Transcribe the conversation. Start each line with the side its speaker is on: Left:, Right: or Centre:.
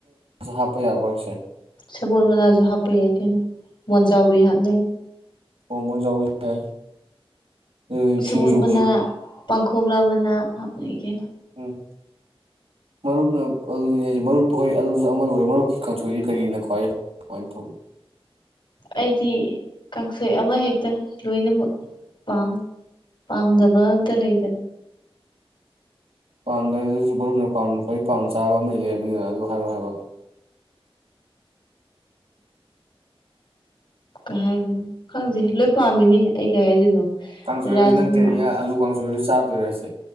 Right: ꯍꯥꯞꯄ ꯌꯥꯕꯁꯦ
Left: ꯁꯃꯜ ꯃꯅꯥꯖꯣ ꯍꯥꯞꯄꯩ ꯌꯥ ꯑꯩꯈꯩꯅꯣ ꯃꯣꯟꯖꯥꯎꯕꯤ ꯍꯥꯞꯅꯩ
Right: ꯍꯣꯃꯅꯖꯥꯎꯤ ꯌꯥꯏ ꯑꯗꯨ
Left: ꯁꯃꯨꯠ
Right: ꯁꯤꯡꯖꯨꯁꯤ
Left: ꯃꯅꯥ ꯄꯥꯡꯈꯣꯛꯂꯥ ꯑꯃꯅꯥ ꯍꯥꯞꯅꯩ ꯀꯩꯅ
Right: ꯎꯝ ꯃꯔꯨꯞꯅ ꯑꯗꯨ ꯃꯔꯨꯞꯇ ꯍꯣꯏ ꯑꯗꯨꯁꯨ ꯑꯃꯨ ꯑꯣꯏ ꯃꯔꯨꯞꯀꯤ ꯀꯥꯡꯁꯣꯏꯗꯤ ꯀꯔꯤꯅꯣ ꯈ꯭ꯋꯥꯏ ꯀꯃꯥꯏꯅ ꯊꯣꯡ
Left: ꯑꯩꯗꯤ ꯀꯥꯡꯁꯣꯏ ꯑꯃꯍꯦꯛꯇ ꯂꯣꯏꯅꯃꯛ ꯄꯥꯝꯃꯤ ꯄꯥꯝꯗꯕ ꯑꯝꯇ ꯂꯩꯗꯅꯦ
Right: ꯄꯥꯝꯗꯁꯨꯅꯝ ꯈ꯭ꯋꯥꯏ ꯄꯥꯝ ꯆꯥꯕ ꯑꯃꯗꯤ ꯂꯩꯔꯕꯅꯤꯅ ꯑꯗꯨ ꯍꯥꯏꯌꯣ ꯍꯥꯏꯕ
Left: ꯀꯩ ꯍꯥꯏꯅꯤ ꯈꯪꯗꯦ ꯂꯣꯏ ꯄꯥꯝꯃꯤꯅꯤ ꯑꯩ ꯀꯩ ꯍꯥꯏꯗꯣꯏꯅꯣ
Right: ꯀꯥꯡꯁꯣꯏꯁꯤ
Left: ꯔꯥꯖꯃꯥ
Right: ꯅꯪ ꯀꯔꯤ ꯑꯜꯂꯨ ꯀꯥꯡꯁꯣꯏꯁꯤ ꯆꯥꯗꯣꯏꯔꯁꯦ